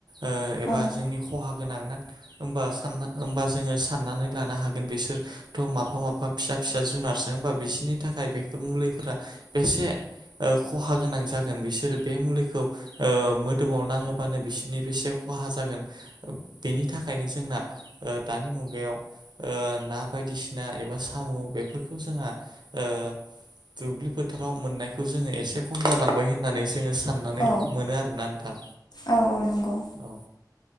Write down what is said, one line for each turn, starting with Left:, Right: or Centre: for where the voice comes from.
Right: ओ एबा
Left: औ
Right: जोंनि खहा गोनां ना होमबा जोङो साननानै लानो हागोन बिसोरथ' मा माफा फिसा फिसा जुनारसो होमबा बिसनि थाखाय बेफोर मुलिफोरा बेसे ओ खहा गोनां जागोन बिसोरो बे मुलि खौ ओ मोदोमाव नाङो बानो बिसोरनि बेसे खहा जागोन बेनि थाखायनो जोंना ओ दानि मुगायाव ओ ना बायदिसिना एबा साम' बेफोरखौ जोंहा ओ दुब्लि फोथाराव मोननायखौ जोङो एसे खम जालांबाय होननानै जोङो साननानै
Left: औ
Right: मोनो आरोना नोंथां
Left: औ औ नंगौ।
Right: औ